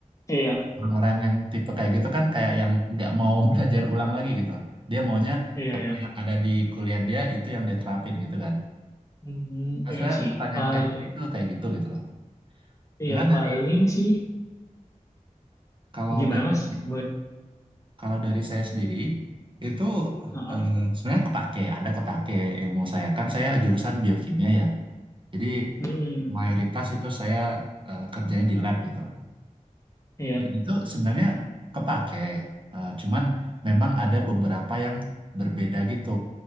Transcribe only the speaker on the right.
orang-orang yang tipe kayak gitu kan kayak yang nggak mau <laughs> belajar ulang lagi gitu dia maunya
apa
yang ada di kuliah dia itu yang dia terapin gitu kan
Nah,
Sebenarnya
pertanyaan
kayak gitu kayak gitu gitu loh.
Nah, kan
dari
kalau
dari
Kalau dari saya sendiri itu
eh, sebenarnya kepake, ada kepake ilmu saya kan saya jurusan biokimia ya. Jadi
mayoritas itu saya eh, kerjanya di lab gitu.
Dan itu sebenarnya kepake. Eh, cuman memang ada beberapa yang berbeda gitu.